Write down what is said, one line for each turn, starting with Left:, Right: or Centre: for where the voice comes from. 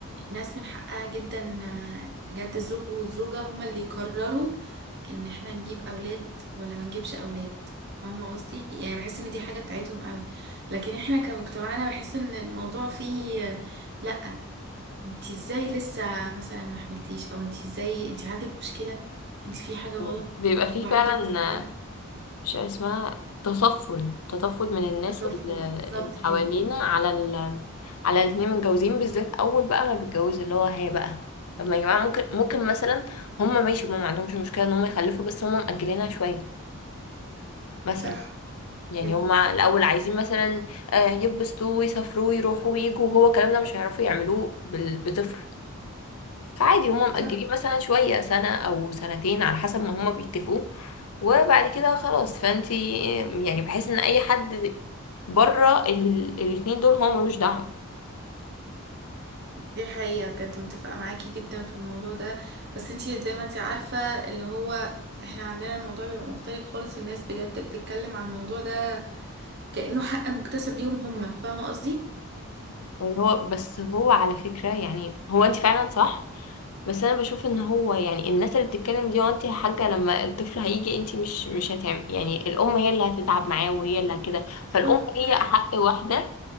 Right: الناس من حقها جدا آه، بجد الزوج والزوجه هما اللي يقرروا ان احنا نجيب اولاد ولا ما نجيبش اولاد فاهمه قصدي يعني بحس ان دي حاجه بتاعتهم قوي لكن احنا كمجتمعنا بحس ان الموضوع فيه آه، لا انت ازاي لسه مثلا ما حملتيش او انت ازاي انت عندك مشكله انت في حاجه غلط
Left: اه بيبقى فيه
Right: وعنده
Left: فعلا
Right: مشكله
Left: مش عارف اسمها تطفل تطفل من الناس
Right: بالطفل
Left: ال- اللي
Right: بالظبط كده
Left: حوالينا على ال على الاتنين متجوزين بالذات اول بقى ما بيتجوز اللي هو هي بقى طب ما يا جماعه ممكن ممكن مثلا هم ماشي هم ما عندهمش مشكله ان هم يخلفوا بس هم مأجلينها شويه مثلا
Right: صح
Left: يعني
Right: كده
Left: هم الاول عايزين مثلا آه، يبسطوا ويسافروا ويروحوا ويجوا وهو الكلام ده مش هيعرفوا يعملوه بال- بطفل فعادي هما مأجلين
Right: صح
Left: مثلا شوية سنة أو سنتين على حسب ما هما بيتفقوا وبعد كده خلاص فانتي يعني بحس ان اي حد بره ال... الاتنين دول هو ملوش دعوة
Right: دي حقيقة بجد متفقة معاكي جدا في الموضوع ده بس انتي زي ما انتي عارفة اللي هو احنا عندنا الموضوع بيبقى مختلف خالص الناس بجد بتتكلم عن الموضوع ده كأنه حق مكتسب ليهم هما فاهمة قصدي؟
Left: يعني هو بس هو على فكرة يعني هو انت فعلا صح بس انا بشوف ان هو يعني الناس اللي بتتكلم دي وانت يا حاجة لما الطفل هيجي انت مش مش هتعمل يعني الام هي اللي هتتعب معاه وهي اللي كده فالام
Right: صح
Left: هي احق واحدة